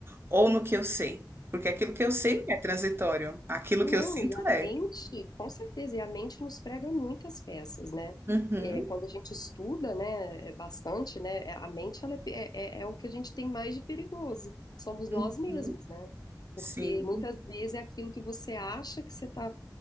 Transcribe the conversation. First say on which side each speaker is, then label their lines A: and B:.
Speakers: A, on the right; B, on the left.
A: ou no que eu sei, porque aquilo que eu sei não é transitório, aquilo
B: Não,
A: que eu sinto
B: e a
A: é.
B: mente, com certeza, e a mente nos prega muitas peças, né?
A: Uhum,
B: É, quando a gente estuda, né, é bastante, né, é- a mente ela é, pe- é, é é o que a gente tem mais de perigoso, somos nós
A: uhum,
B: mesmos, né? Porque
A: sim.
B: muitas vezes é aquilo que você acha que você está